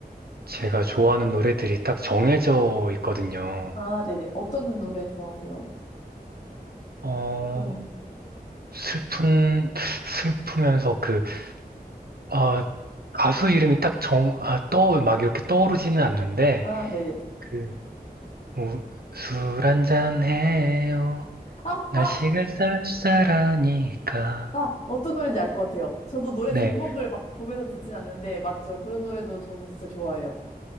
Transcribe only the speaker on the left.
아, 네네. 어떤 노래 좋아하세요?
그런,
아, 네네.
아,
아!
아, 어떤 노래인지 알 것 같아요. 저도 노래
제목을 막 보면서 듣진 않는데, 맞죠? 그런 노래도 저도 진짜 좋아해요.